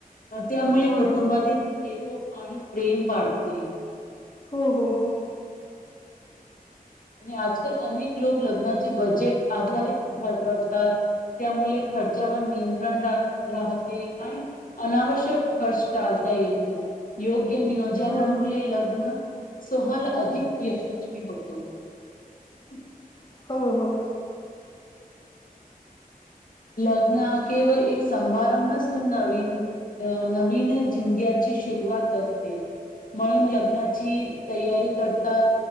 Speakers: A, on the left; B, on the left.
A: तर त्या मुळे
B: हो
A: कुटुंबातील
B: ना
A: एकोप आणि प्रेम वाटते.
B: हो हो हो
A: आणि आजकाल अनेक लोक लग्नाचे बजेट आधारित ठरवता. त त्यामुळे खर्चावर नियंत्रण रा राहते. आणि अनावश्यक खर्च टालता येतो योग्य नियोजना
B: हो ना
A: मुळे लग्न सोहला अधिक यशस्वी होतो. ह
B: हो हो
A: लग्न हा केवळ एक सभारंभ नसून नवीन अ नवीन जिंदग्याची सुरुवात असते म्हणून लग्नाची तयारी करतात.